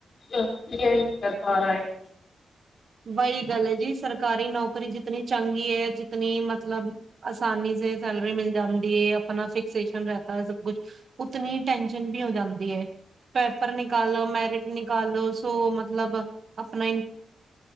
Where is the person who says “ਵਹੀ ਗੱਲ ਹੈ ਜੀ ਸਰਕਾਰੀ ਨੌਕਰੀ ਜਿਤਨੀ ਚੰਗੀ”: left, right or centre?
Right